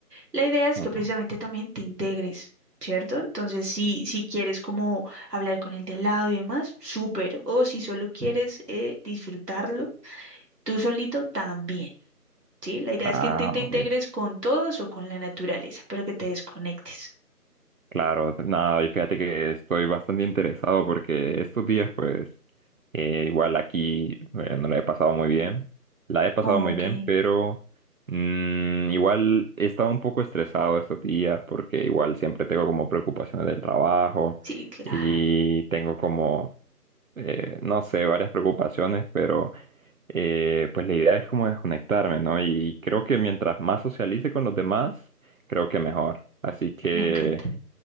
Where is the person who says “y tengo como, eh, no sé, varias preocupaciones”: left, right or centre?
Right